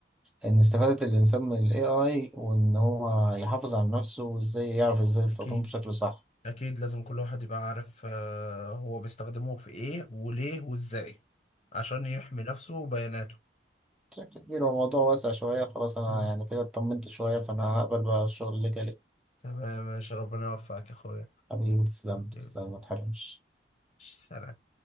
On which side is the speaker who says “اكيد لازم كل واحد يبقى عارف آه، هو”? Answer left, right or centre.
Left